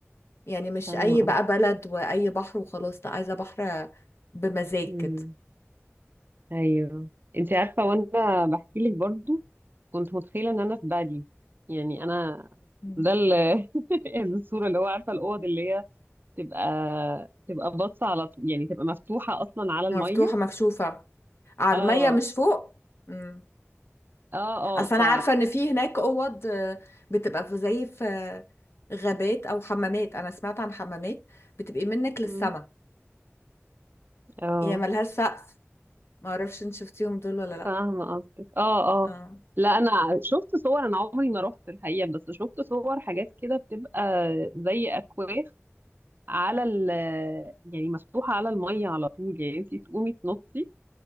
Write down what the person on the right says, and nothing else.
فاهمة
قوي
امم
ايوه انتي عارفه وانا بحكي لك برضو كنت متخيله ان انا في بالي يعني انا
ده ال- <laughs> الصوره اللي هو عارفه الاوض اللي هي تبقى تبقى باصه على طول يعني تبقى مفتوحه اصلا على الميه
اه
اه اه
ف
مم. اه
فاهمة قصدك اه
اه لا انا شفت صور انا عمري ما رحت الحقيقة بس شفت صور حاجات كده بتبقى زي اكواخ على ال يعني مفتوحة على المية على طول يعني انتي تقومي تنطي